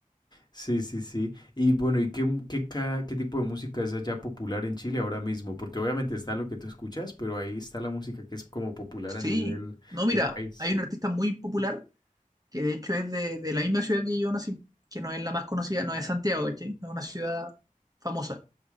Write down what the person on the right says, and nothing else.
Sí,
no, mira,
hay un artista muy popular que de hecho es de, de la misma ciudad que yo nací, que no es la más conocida, no es Santiago, ¿cachai? No es una ciudad famosa.